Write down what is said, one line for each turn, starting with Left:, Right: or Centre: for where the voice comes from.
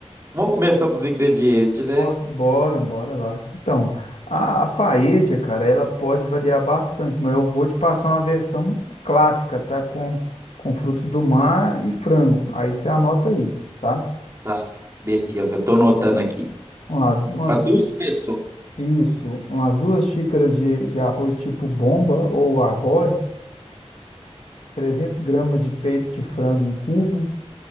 Right: Vamos começar pelos ingredientes, né?
Left: Ó, Bora, bora lá. Então, a, a paella, cara, ela pode variar bastante, mas eu vou te passar uma versão clássica, tá? Com, com frutos do mar e frango. Aí você anota aí, tá?
Right: Tá, beleza, eu tô anotando aqui.
Left: Vamos lá, umas
Right: Para
Left: duas,
Right: duas pessoas,
Left: isso, umas duas xícaras de, de arroz tipo bomba ou arbóreo, 300 gramas de peito de frango em cubo,